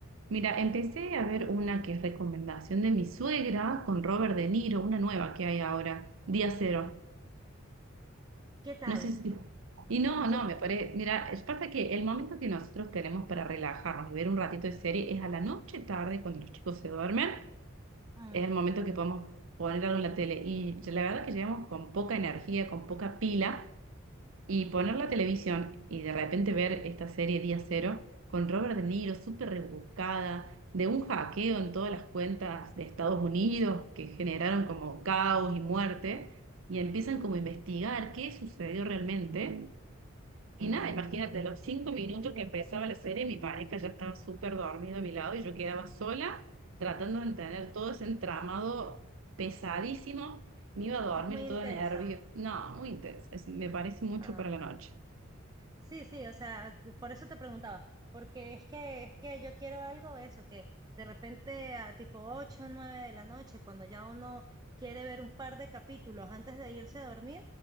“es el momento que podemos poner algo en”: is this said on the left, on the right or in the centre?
Right